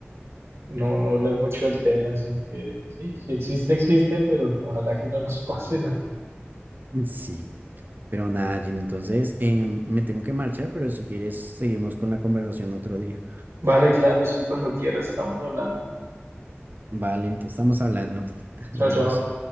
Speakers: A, on the right; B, on the right.
A: no, no hablar mucho del tema, sino que sí, si existe, existe, pero ojalá que no nos pase nada.
B: Mm, Sí, pero nada, Gina, entonces em, me tengo que marchar, pero si quieres seguimos con la conversación otro día.
A: Vale, claro, sí, cuando quieras estamos hablando.
B: Vale, entonces estamos hablando. <laughs> Adiós.
A: Chao, chao.